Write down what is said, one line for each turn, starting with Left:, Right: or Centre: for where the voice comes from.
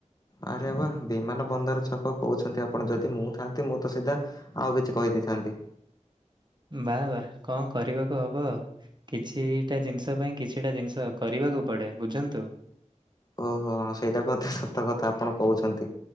Left: ଆରେ ବା ବିମାନ ବନ୍ଦର ଛକ କହୁଛନ୍ତି, ଆପଣ ଯଦି ମୁଁ ଥାନ୍ତି ମୁଁ ତ ସିଧା ଆଉ କିଛି କହିଦେ ଦେଇଥାନ୍ତି।
Right: ବା ବା କଣ କରିବାକୁ ହେବ କିଛିଟା ଜିନିଷ ପାଇଁ କିଛିଟା ଜିନିଷ କରିବାକୁ ପଡ଼େ ଏ, ବୁଝନ୍ତୁ।
Left: ଓହୋ ସେଇଟା ବି ଅତି ସତ କଥା ଆପଣ କହୁଛନ୍ତି,